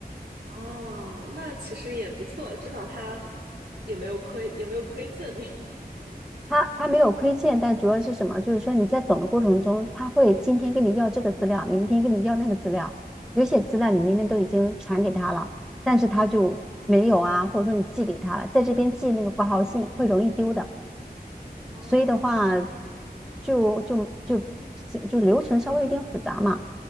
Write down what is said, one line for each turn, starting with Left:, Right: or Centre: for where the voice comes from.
Right: 哦，那其实也不错，至少他也没有亏，也没有亏欠你。
Centre: 他他没有亏欠，但主要是什么？就是说你在等的过程中，他会今天跟你要这个资料，明天跟你要那个资料，有些资料你明明都已经传给他了，但是他就没有啊，或者说你寄给他了，在这边寄那个挂号信会容易丢的，
Right: <laughs> 哦，
Centre: 所以的话就就就就流程稍微有点复杂嘛。